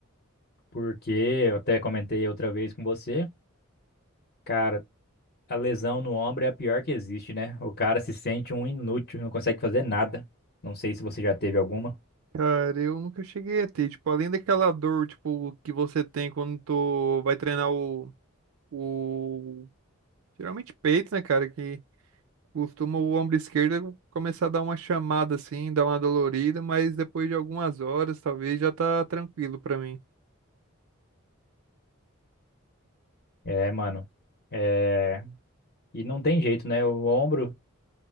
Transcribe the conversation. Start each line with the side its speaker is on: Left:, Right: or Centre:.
Left: Porque eu até comentei outra vez com você, cara, a lesão no ombro é a pior que existe, né? O cara se sente um inútil, não consegue fazer nada. Não sei se você já teve alguma.
Right: Cara, eu nunca cheguei a ter, tipo, além daquela dor, tipo, que você tem quando tu vai treinar o, o... Geralmente peito, né, cara, que costuma o ombro esquerdo começar a dar uma chamada assim, dar uma dolorida, mas depois de algumas horas, talvez, já tá tranquilo pra mim.
Left: É, mano. É... E não tem jeito, né? O ombro